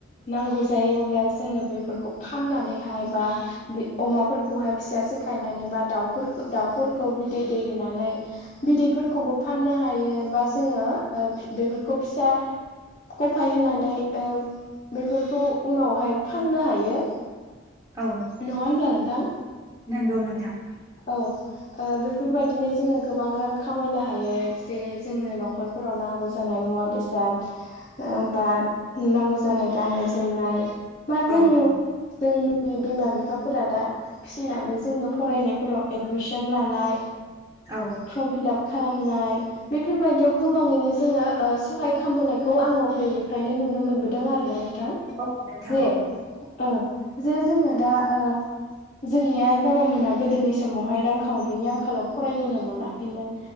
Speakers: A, on the left; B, on the right.
A: नांगौ जायो अब्ला जोङो बेफोरखौ फाननानैहाय बा अमाफोरखौहाय फिसा सोखायनानै बा दाउफोरखो दाउफोरखौ बिदै दैहोनानै बिदैफोरखौबो फाननो हायो बा जोङो बेफोरखौ फिसा गफाय होनानै ओ बेफोरखौ उनावहाय फाननो हायो
B: औ
A: नङा होमब्ला नोंथां।
B: नंगौ नोंथां
A: औ ओ बेफोरबायदिनो जोङो गोबां रां खामायनो हायो जे जोंनो न'खर फोराव नांगौ जानाय मुवा बेसाद होमबा नांगौ जानाय गाननाय जोमनाय मा जों
B: औ
A: जोंनि बिमा बिफाफोरा दा फिसिनानै जोंनो फरायनाय फोराव एडमिसन लानाय
B: औ
A: फर्म फिलाप खालामनाय बेफोरबायदियाव गोबाङैनो जोङो ओ सहाय खालामबोनायखौ आङो उन्दैनिफ्रायनो नुनो मोनबोदों आरोना नोंथां
B: औ नोंथां
A: जे
B: औ
A: ओ जे जोङो दा ओ जोंनि आइ बाबामोना गोदोनि समावहाय रांखावरिनि आंखालाव फरायबोनो मोनाखैमोन